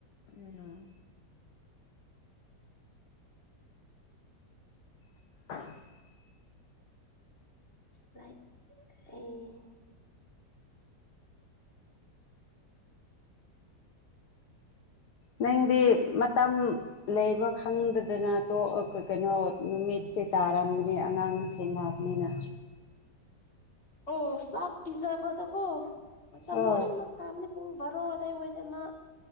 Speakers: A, on the left; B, on the left.
A: ꯎꯝ <unintelligible>
B: ꯂꯥꯏ ꯑꯩ
A: ꯅꯪꯗꯤ ꯃꯇꯝ ꯂꯩꯕ ꯈꯪꯗꯗꯅ ꯇꯣ ꯑꯥ ꯀꯥ ꯀꯩꯅꯣ ꯅꯨꯃꯤꯠꯁꯦ ꯇꯥꯔꯝꯕꯅꯦ ꯑꯉꯥꯡꯁꯤ ꯁꯦꯟꯅꯥꯕꯅꯤꯅ
B: ꯑꯣ ꯆꯥꯛ ꯄꯤꯖꯕꯗ ꯀꯣ ꯃꯇꯝ
A: ꯍꯣꯏ
B: ꯂꯣꯏꯅꯃꯛ ꯇꯥꯕꯅꯤ ꯄꯨꯡ ꯕꯥꯔꯣ ꯑꯗꯥꯢꯋꯥꯏꯗ ꯃꯥ